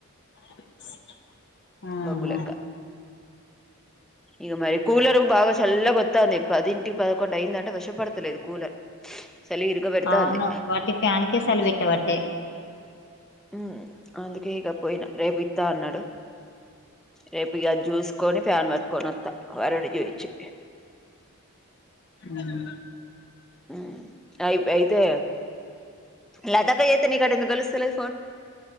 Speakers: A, on the left; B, in the centre.
A: <unintelligible> ఆహా
B: బగ్గులెక్క ఇక మరి కూలరు బాగా చల్ల గొత్తంది పదింటి పదకొండు అయింది అంటే కష్టపడతలేదు కూలర్ చలి ఇరుకపెడతాంది
A: అవును వాటి ఫ్యాన్ కే సలి పెట్టబట్టే
B: ఉ మ్ అందుకే ఇక పోయిన రేపు ఇత్తా అన్నాడు రేపు ఇగ అది చూసుకొని ఫ్యాన్ పట్కొని వత్తా వరుడు చూయిచ్చి
A: హ్మ్మ్
B: మ్ అయి అయితే లత అక్క చేస్తే నీకు ఆట ఎందుకు కలుస్త లేదు